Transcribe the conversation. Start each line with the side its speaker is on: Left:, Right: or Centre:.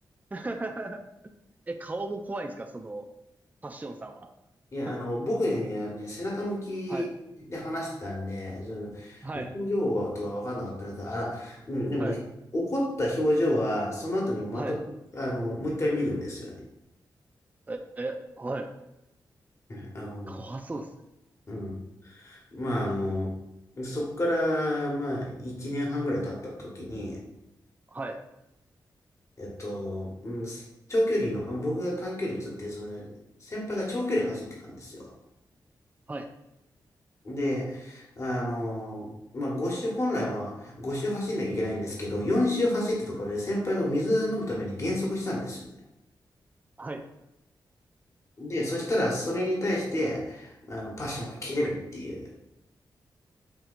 Right: <laughs> え、顔も怖いんですかその、パッションさんは。
Left: いや、
Right: <laughs>
Left: あの、僕にはね、背中向きで話してたんで、
Right: はい。
Left: その、
Right: はい。
Left: 表情とかわかんなかったから、あら、うん、でも、
Right: はい。
Left: 怒った表情は、その後にまた、
Right: はい。
Left: あの、もう一回見るんですよね。
Right: え、え、はい。
Left: ねあの、
Right: 怖そうですね。
Left: うん。まあ、あの、そっから、まあ、1年半ぐらい経った時に、
Right: はい。
Left: えっと、うん、長距離の、僕が短距離移って、その、先輩が長距離走ってたんですよ。
Right: はい。
Left: で、あの、まあ、5周、本来は5周走んなきゃいけないんですけど、4周走ったところで先輩が水飲むために減速したんですよね。
Right: はい。
Left: で、そしたら、それに対して、あの、パッションが切れるっていう。
Right: はい。